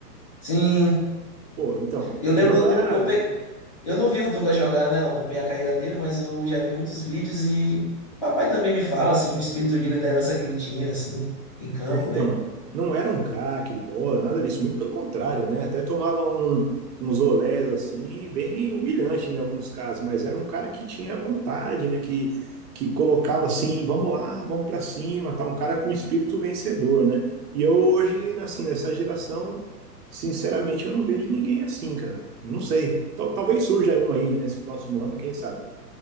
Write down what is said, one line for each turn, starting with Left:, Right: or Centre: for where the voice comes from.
Left: Sim,
Right: Pô, então,
Left: eu lembro
Right: não era
Left: do. Eu, pe... eu não vi o Dunga jogar, né? Acompanhar a carreira dele, mas eu já vi muitos vídeos e. Papai também me fala, assim, o espírito de liderança que ele tinha, assim, em campo,
Right: Então,
Left: né?
Right: não era um craque de bola, nada disso, muito pelo contrário, né? Até tomava um, uns olés assim, bem humilhante em alguns casos, mas era um cara que tinha vontade, né? Que, que colocava assim, vamos lá, vamos para cima, tá? Um cara com espírito vencedor, né? E eu hoje, assim, nessa geração, sinceramente, eu não vejo ninguém assim, cara. Não sei. Tal- Talvez surja um aí nesse próximo ano, quem sabe?